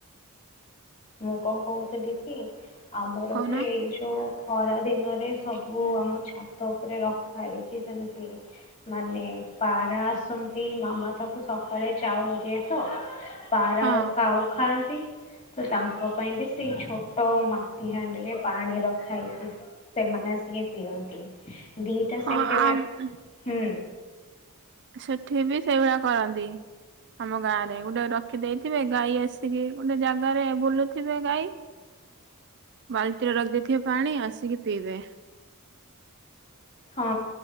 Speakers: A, on the left (about 35°); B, on the right (about 55°).
A: ମୁଁ କଣ କହୁଥିଲି କି ଆମର
B: କହୁନ
A: ବି ଏଇ ଯଉ ଖରା ଦିନରେ ସବୁ ଆମ ଛାତ ଉପରେ ରଖାହଇଛି ସେମିତି ମାନେ ପାରା ଆସନ୍ତି ମାମା ତାକୁ ସକାଳେ ଚାଉଳ ଦିଏ ତ ପାରା
B: ହଁ
A: ଆଉ କାଉ ଖାଆନ୍ତି। ତ ତାଙ୍କ ପାଇଁ ବି ସେଇ ଛୋଟ ମାଟି ହାଣ୍ଡିରେ ପାଣି ରଖା ହେଇଛି। ସେମାନେ ଆସିକି ପିଅନ୍ତି ଦିଟା
B: ହଁ
A: ସେମତି
B: ଆମ
A: ମା ହୁଁ।
B: ସେଠି ବି ସେଇଭଳିଆ କରନ୍ତି। ଆମ ଗାଁରେ ଗୋଟେ ରଖି ଦେଇେଇଥିବେ ଗାଈ ଆସିକି ଗୋଟେ ଜାଗାରେ ବୁଲୁଥିବେ ଗାଈ
A: ହ
B: ବାଲ୍ଟିରେ ରଖିଦେଇଥିବେ ପାଣି ଆସିକି ପିଇବେ।
A: ହଁ